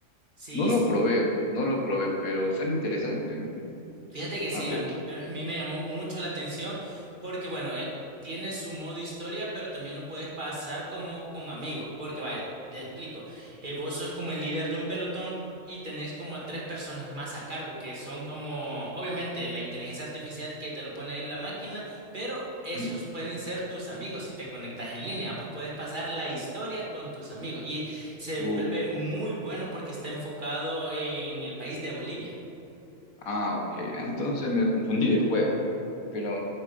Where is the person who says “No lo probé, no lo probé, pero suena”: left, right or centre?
Left